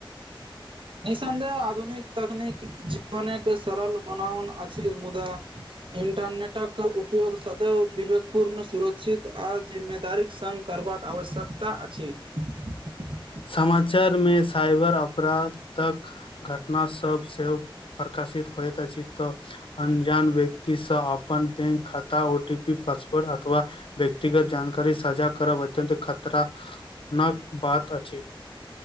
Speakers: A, on the right; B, on the left.
A: निःसन्देह आधुनिक तकनीक जीवन के सरल बनाउन अछि मुदा इंटरनेटक उपयोग सदैव विवेकपूर्ण सुरक्षित आ जिम्मेदारीक सङ्ग करबाक आवश्यकता अछि <unintelligible>
B: समाचार मे साइबर अपराधक तक घटना सभ सेहो प्रकाशित होइत अछि तऽ अनजान व्यक्तिसँ अपन बैंक खाता ओ टी पी पासवर्ड अथवा व्यक्तिगत जानकारी साझा करब अत्यत खतरा नक बात अछि।